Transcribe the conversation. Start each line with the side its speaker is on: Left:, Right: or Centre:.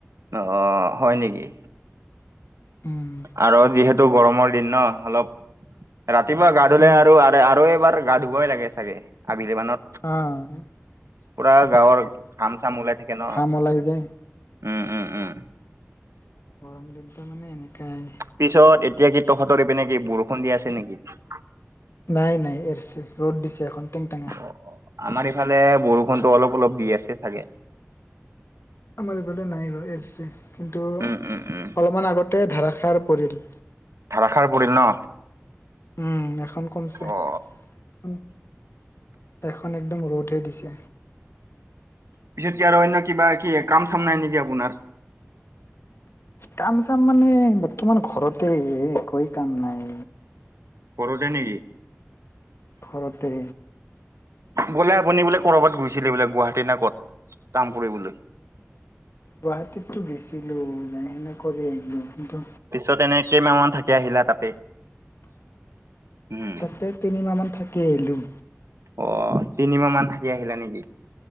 Right: আহ হয় নেকি?
Left: উম।
Right: আৰু যিহেতু গৰমৰ দিন ন। অলপ ৰাতিপুৱা গা ধুলে
Left: উম
Right: আৰু আৰু এইবাৰ। গা ধুবই লাগে চাগে। আবেলি মানত
Left: আহ'
Right: পুৰা গাঁৱৰ ঘাম চাম ওলাই থাকে ন
Left: ঘাম ওলাই যায়।
Right: উম উম উম। উ <inaudible>
Left: গৰম দিনতে মানে এনেকাই।
Right: পিছত এতিয়া কি তহঁতৰপি ন কি বৰষুণ দিয়া আছে নেকি।
Left: নাই নাই এৰছে ৰ'দ দিছে। এখন টেংটেঙা
Right: অ আমাৰ ইফালে বৰষুণতো অলপ অলপ দি আছে চাগে।
Left: আমাৰ এইফালে নাই ৰছে কিন্তু অলপমান
Right: উম উম উম
Left: আগত। ধাৰষাৰ পৰিল।
Right: ধাৰষাৰ পৰিল ন?
Left: উম এখন কমছে
Right: অ
Left: খন। এখন একদম ৰ'দহে দিছে।
Right: পিছত কি আৰু অন্য কিবা কি কাম চাম নাই নেকি আপোনাৰ?
Left: কাম চাম মানে বৰ্তমান ঘৰতে একোৱেই কাম নাই।
Right: ঘৰতে নেকি?
Left: ঘৰতে।
Right: গ'লে আপুনি বোলে ক'বাত গৈছিলে বোলে গুৱাহাটী না ক'ত কাম? কৰিবলৈ
Left: গুৱাহাটীততো গেছিলো যেনে তেনে কৰি আহিলো কিন্তু'
Right: পিছত এনে কেইমাহ মান থাকি আহিলা তাতে। উম
Left: তাতে তিনিমাহ মান থাকি আহিলোঁ।
Right: অ তিনিমাহ মান থাকি আহিলা নেকি